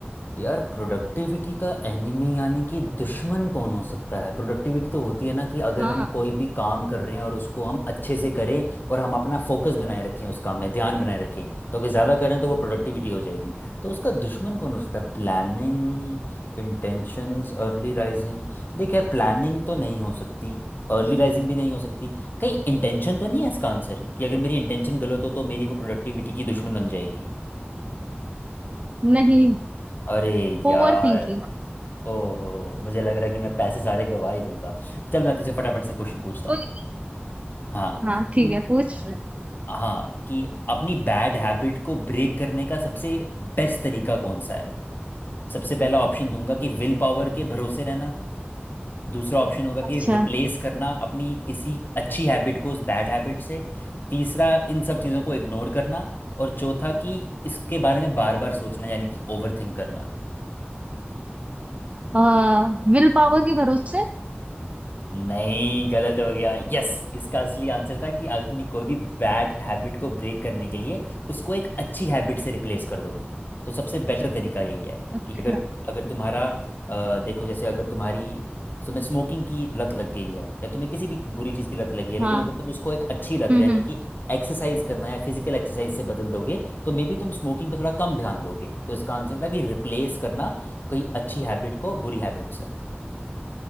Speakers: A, on the left; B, on the right.
A: यार प्रोडक्टिविटी का एनिमी यानी कि दुश्मन कौन हो सकता है प्रोडक्टिविटी तो होती है ना कि अगर
B: हाँ
A: हम कोई भी काम कर रहे हैं और उसको हम अच्छे से करें और हम अपना फोकस बनाए रखें उस काम में ध्यान बनाए रखें तो अगर ज़्यादा करें तो वो प्रोडक्टिविटी हो जाएगी तो उसका दुश्मन कौन हो सकता है Planning intentions early rising देख यार प्लानिंग तो नहीं हो सकती अर्ली राइजिंग भी नहीं हो सकती कहीं इंटेंशन तो नहीं है इसका आंसर कि अगर मेरी इंटेंशन गलत हो तो मेरी वो प्रोडक्टिविटी की दुश्मन बन जाएगी
B: नहीं
A: अरे यार
B: ओवर थिंकिंग
A: ओहो मुझे लग रहा है कि मैं पैसे सारे गवा ही दूंगा चल मैं तुझसे फटाफट से क्वेश्चन पूछता
B: कोई
A: हूँ हाँ
B: हाँ ठीक
A: कि
B: है पूछ
A: हाँ कि अपनी बैड हैबिट को ब्रेक करने का सबसे बेस्ट तरीका कौन सा है सबसे पहला ऑप्शन दूंगा कि विल पावर के भरोसे रहना दूसरा ऑप्शन होगा कि
B: अच्छा
A: रिप्लेस करना अपनी किसी अच्छी हैबिट को उस बैड हैबिट से तीसरा इन सब चीज़ों को इग्नोर करना और चौथा कि इसके बारे में बार बार सोचना यानी कि ओवर थिंक करना
B: आ, विल पावर के भरोसे
A: नहीं गलत हो गया यस इसका असली आंसर था कि अपनी कोई भी बैड हैबिट को ब्रेक करने के लिए उसको एक अच्छी हैबिट से रिप्लेस कर दो तो सबसे बेटर तरीका यही है
B: अच्छा
A: कि अगर अगर तुम्हारा अ, देखो जैसे अगर तुम्हारी तुम्हें स्मोकिंग की लत लग गई है या तुम्हें किसी भी बुरी चीज़ की लत लगी है लेकिन
B: हाँ
A: अगर तुम उसको एक अच्छी लत
B: हम्म
A: यानी
B: हम्म
A: कि एक्सरसाइज करना या फिजिकल एक्सरसाइज से बदल दोगे तो मे बी तुम स्मोकिंग पे थोड़ा कम ध्यान दोगे तो इसका आंसर था कि रिप्लेस करना कोई अच्छी हैबिट को बुरी हैबिट से